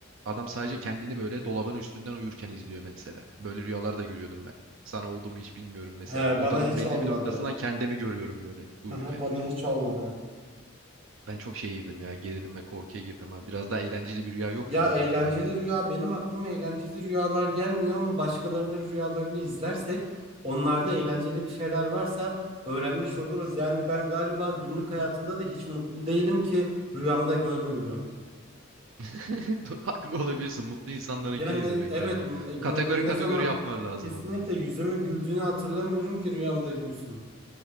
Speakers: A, on the right; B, on the right.
A: adam sadece kendini böyle dolabın üstünden uyurken izliyor mesela. Böyle rüyalar da görüyordum ben. Sana oldu mu hiç bilmiyorum mesela.
B: He,
A: Odanın
B: bana hiç
A: belli
B: olmadı.
A: bir noktasından kendimi görüyorum böyle uyurken.
B: Hı hı, bana hiç olmadı.
A: Ben çok şeye girdim ya. Gerilim ve korkuya girdim ha. Biraz daha eğlenceli bir rüya yok
B: Ya
A: mu böyle
B: eğlenceli
A: aklına gelen?
B: rüya benim aklıma eğlenceli rüyalar gelmiyor ama başkalarının rüyalarını izlersek onlarda eğlenceli bir şeyler varsa öğrenmiş oluruz. Yani ben galiba günlük hayatımda da hiç mutlu değilim ki rüyamda görmüyorum.
A: <laughs> Do- Haklı olabilirsin. Mutlu insanlarınkini
B: Yani
A: izlemek
B: evet
A: lazım.
B: e,
A: Kategori
B: mutlu
A: kategori
B: ne zaman
A: yapmalar lazım.
B: kesinlikle
A: abi.
B: yüzümün güldüğünü hatırlamıyorum ki rüyamda gülsün.